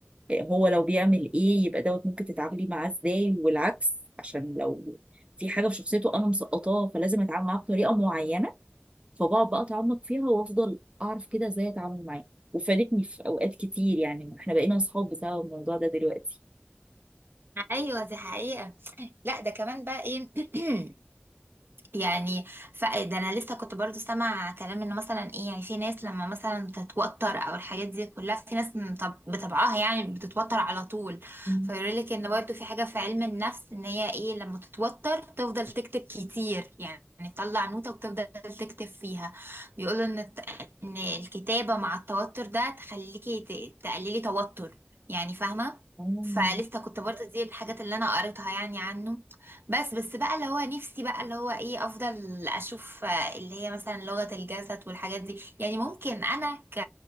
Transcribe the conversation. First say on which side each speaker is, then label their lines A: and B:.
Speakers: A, on the right (about 30°); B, on the right (about 65°).
A: هو لو بيعمل ايه يبقى دوت ممكن تتعاملي معاه ازاي والعكس عشان لو في حاجه في شخصيته انا مسقطاها فلازم اتعامل معاه بطريقه معينه فبقعد بقى اتعمق فيها وافضل اعرف كده ازاي اتعامل معاه وفادتني في اوقات كتير يعني احنا بقينا اصحاب بسبب الموضوع ده دلوقتي
B: ايوه دي حقيقة لا ده كمان بقى ايه <clears throat> يعني ف... ده انا لسه كنت برضو سامع كلام انه مثلا ايه يعني في ناس لما مثلا تتوتر او الحاجات دي كلها في ناس من طب... بطبعها يعني بتتوتر على طول
A: مم.
B: فيقول لك ان برضو في حاجة في علم النفس ان هي ايه لما تتوتر تفضل تكتب كتير يعني تطلع نوتة وتفضل تكتب فيها بيقولوا ان الت- ان الكتابة مع التوتر ده تخليكي ت... تقللي توتر يعني فاهمة
A: مم.
B: فلسه كنت برضو دي الحاجات اللي انا قريتها يعني عنه بس بس بقى اللي هو نفسي بقى اللي هو ايه افضل اشوف آه، اللي هي مثلا لغة الجسد والحاجات دي يعني ممكن انا ك